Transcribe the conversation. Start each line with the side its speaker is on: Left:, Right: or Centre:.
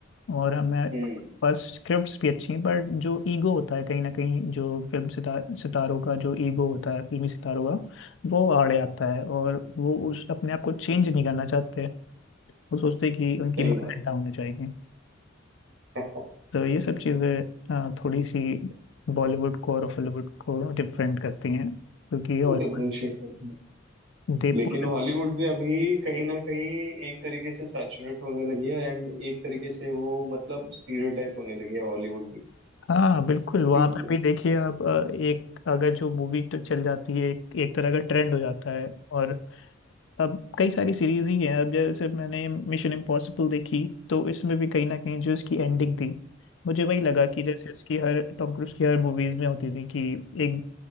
Left: और हमें हमारे
Right: हम्म
Left: पास स्क्रिप्ट्स भी अच्छी हैं बट जो ईगो होता है कहीं ना कहीं जो फिल्म सितार, सितारों का जो ईगो होता है फिल्मी सितारों का वो आड़े आता है और वो उस अपने आप को चेंज नहीं करना चाहते वो सोचते हैं कि उनकी
Right: सही
Left: मान्यता
Right: बात है
Left: होनी चाहिए
Right: <laughs>
Left: तो ये सब चीज़ें अ, थोड़ी सी बॉलीवुड को और हॉलीवुड को डिफरेंट करती हैं क्योंकि ये हॉलीवुड
Right: डिफरेंशिएट करते हैं
Left: दे
Right: लेकिन
Left: पूरा-
Right: हॉलीवुड भी अभी कहीं ना कहीं एक तरीके से सैचुरेट होने लगी है एंड एक तरीके से वो मतलब स्टीरियोटाइप होने लगी है हॉलीवुड भी
Left: हाँ बिल्कुल वहाँ
Right: क्योंकि
Left: पर भी देखिए आप अ, एक अगर जो मूवी तो चल जाती है एक, एक तरह का ट्रेंड हो जाता है और अब कई सारी सीरीज ही हैं अब जैसे मैंने मिशन इम्पॉसिबल देखी तो इसमें भी कहीं ना कहीं जो इसकी एंडिंग थी मुझे वही लगा कि जैसे इसकी हर टॉम क्रूज की हर मूवीज में होती थी कि एक